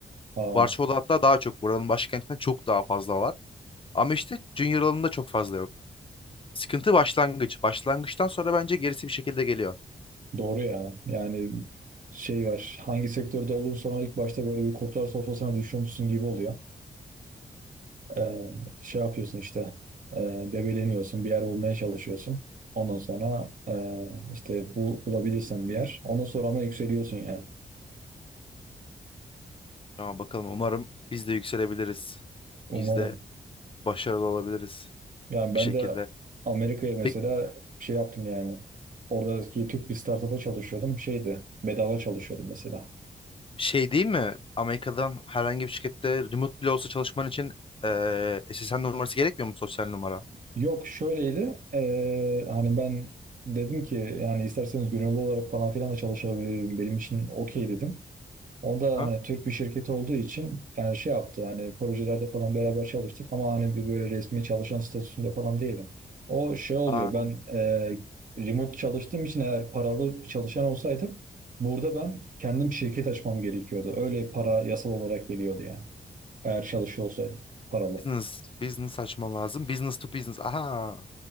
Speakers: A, on the right; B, on the left.
A: Aa,
B: Varşova'da hatta daha çok. Buranın başkentinden çok daha fazla var. Ama işte junior alanında çok fazla yok. Sıkıntı başlangıç. Başlangıçtan sonra bence gerisi bir şekilde geliyor.
A: doğru ya. Yani şey var. Hangi sektörde olursan sonra ilk başta böyle bir kurtlar sofrasına düşüyormuşsun gibi oluyor. Ee, şey yapıyorsun işte. E, debeleniyorsun. Bir yer bulmaya çalışıyorsun. Ondan sonra e, işte bu, bulabilirsen bir yer. Ondan sonra ama yükseliyorsun yani.
B: Ya bakalım umarım biz de yükselebiliriz.
A: Umarım.
B: Biz de başarılı olabiliriz
A: Yani
B: bir
A: ben
B: şekilde.
A: de Amerika'ya mesela
B: Peki
A: şey yaptım yani. Oradaki Türk bir startup'a çalışıyordum. Şeydi. Bedava çalışıyordum mesela.
B: Şey değil mi? Amerika'dan herhangi bir şirkette remote bile olsa çalışman için eee SSN numarası gerekmiyor mu sosyal numara?
A: Yok şöyleydi. Eee, hani ben dedim ki yani isterseniz gönüllü olarak falan filan da çalışabilirim. Benim için okey dedim. O da
B: Ha?
A: hani Türk bir şirketi olduğu için yani şey yaptı hani projelerde falan beraber çalıştık ama hani bir böyle resmi çalışan statüsünde falan değilim. O şey oluyor
B: Aa,
A: ben eee, remote çalıştığım için eğer paralı bir çalışan olsaydım burada ben kendim şirket açmam gerekiyordu. Öyle para yasal olarak geliyordu yani. Eğer çalışıyor olsaydım paralı.
B: business, business açman lazım. Business to business. Aha.